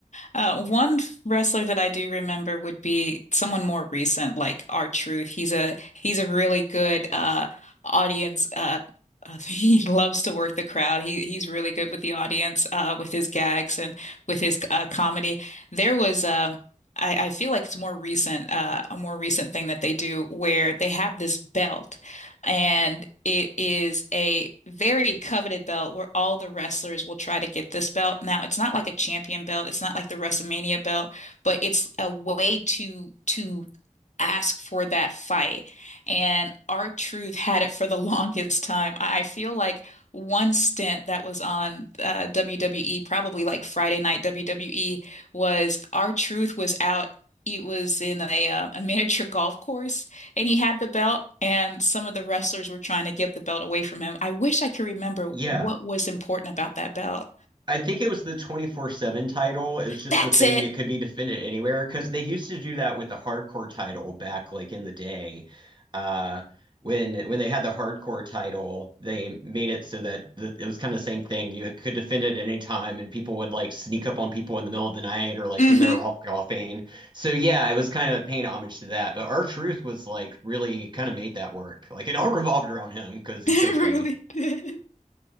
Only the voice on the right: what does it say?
Oh yeah.
Yeah,
I think it was the 24/7 title. It was just
the thing.
It could be defended anywhere because they used to do that with the hardcore title back like in the day. Uh, when when they had the hardcore title, they made it so that the, it was kind of the same thing. You could defend it at any time, and people would like sneak up on people in the middle of the night or like
when they are all
golfing. So yeah, it was kind of paying homage to that. But our truth was like really kind of made that work. Like it all <laughs> revolved around him because he's
so funny.